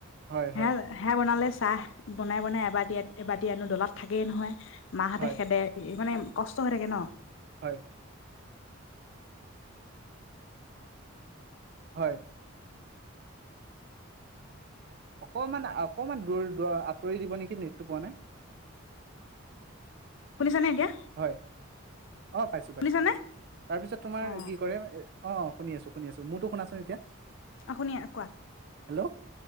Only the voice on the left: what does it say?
হে-হে বনালে। চাহ বনাই-বনাই এবাটি-এবাটি আনো দলত থাকেই নহয়। মাহঁতে
খেদে ই মানে। কষ্ট হৈ থাকে ন।
শুনিছে নে এতিয়া।
শুনিছানে
অ
অহ', শুনি কোৱা।